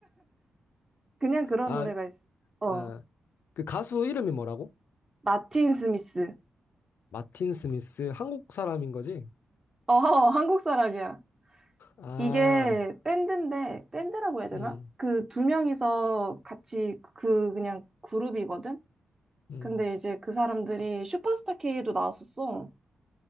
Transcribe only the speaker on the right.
그냥 그런
노래가 있어. 어.
마틴 스미스.
어, 한국 사람이야.
이게 밴드인데, 밴드라고 해야 되나?
그 두 명이서 같이 그 그냥 그룹이거든?
근데 이제 그 사람들이 슈퍼스타 K도 나왔었어.